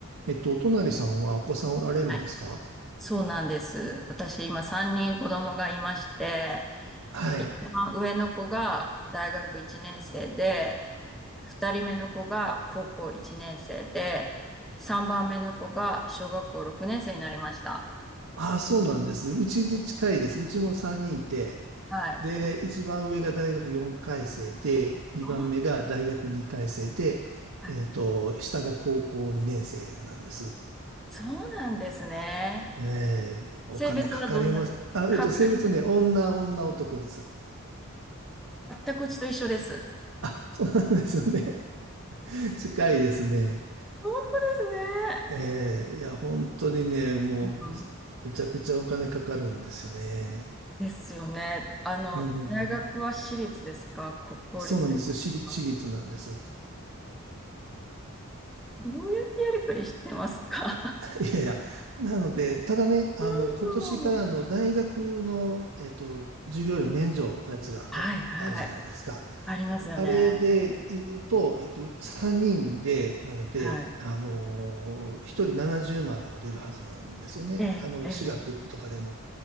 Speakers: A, on the right; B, in the centre.
A: えっと、お隣さんはお子さんおられるんですか
B: はい、そうなんです。私、今3人子供がいまして、
A: はい。
B: 一番上の子が大学1年生で、2人目の子が高校1年生で、3番目の子が小学校6年生になりました。
A: ああ、そうなんです。うちで近いです。うちも3人いて、
B: はい。
A: で、一番上が大学4回生で、2番目が大学2回生で、
B: あ、はい。
A: えっと、下が高校2年生なんです。
B: そうなんですね。
A: えーお金かかります。
B: 性別はどんな、
A: あ、
B: かかり、
A: えっと、性別ね、女、女、男です。
B: 全くうちと一緒です。
A: あ、そうなんですね。<laughs> 近いですね。
B: 本当ですね。
A: えーいや、本当にね、もう、
B: うん
A: めちゃくちゃお金かかるんですよね。
B: ですよね。あの、
A: うん。
B: 大学は私立ですか国公立ですか
A: そうなんです。私立、私立なんです。
B: どうやってやりくりしてますか
A: <laughs> いやいや。なので、ただね、あの、
B: <laughs>
A: 今年からあの大学の、
B: うん
A: えっと、授業料免除のやつがあ、
B: はいはい。
A: あるじゃないですか。
B: ありますよね。
A: あれで言うと、えっと、3人で、なので、
B: はい。
A: あのー、1人70万は出るはずなんですよね。
B: ええ、
A: あの、
B: ええ、
A: 私学とかでも。